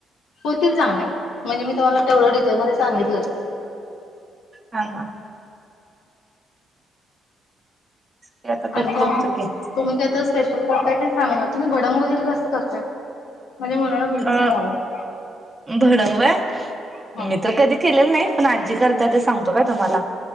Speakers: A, on the left (about 80°); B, on the right (about 25°).
A: होतील चांगले म्हणजे मी तुम्हाला तेवढं डिटेल मध्ये सांगितलंय
B: हा हा ते आता करून
A: आणि त्या
B: बघतो की
A: तुम्ही काही तर स्पेशल करताय ते सांगा तुम्ही भडंग वगैरे कसं करताय माझ्या मुलाला भडंग
B: अ
A: लय आवडतं
B: भडंगव
A: हा
B: मी तर्र कधी केलेलं नाही पण आजी करता ते सांगतो का तुम्हाला